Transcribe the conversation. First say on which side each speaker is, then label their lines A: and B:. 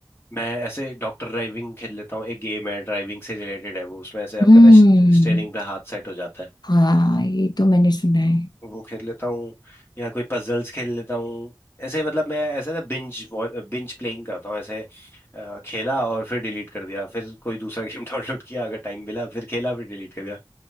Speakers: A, on the left; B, on the left.
A: मैं ऐसे डॉक्टर ड्राइविंग खेल लेता हूँ एक गेम है ड्राइविंग से रिलेटेड है वो उसमें ऐसे आपका
B: हम्म
A: ना स्टेयरिंग पे हाथ सेट हो जाता है
B: हाँ ये तो मैंने सुना है
A: वो खेल लेता हूँ या कोई पजल्स खेल लेता हूँ ऐसे मतलब मैं ऐसे ना बिंज बिंज प्लेइंग करता हूँ ऐसे अ, खेला और फिर डिलीट कर दिया फिर कोई दूसरा गेम डाउनलोड <laughs> किया अगर टाइम मिला फिर खेला फिर डिलीट कर दिया